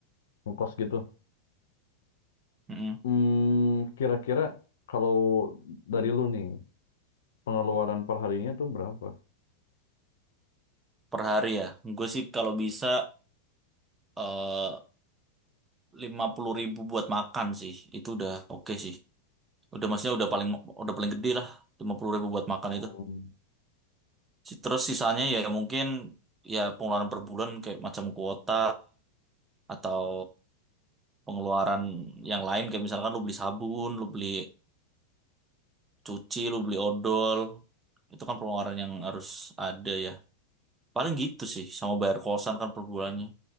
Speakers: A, on the left (about 60°); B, on the right (about 15°).
A: ngekos gitu.
B: iya
A: Hmm, kira-kira kalau dari lu nih, pengeluaran per harinya tuh berapa?
B: Per hari ya. Gue sih kalau bisa eh, lima puluh ribu buat makan sih. Itu udah oke sih. Udah maksudnya udah paling udah paling gede lah. Lima puluh ribu buat makan
A: Hmm,
B: itu. Si- Terus sisanya ya mungkin ya pengeluaran per bulan kayak macam kuota atau pengeluaran yang lain kayak misalkan lu beli sabun, lu beli cuci, lu beli odol. Itu kan pengeluaran yang harus ada ya. Paling gitu sih sama bayar kosan kan per bulannya.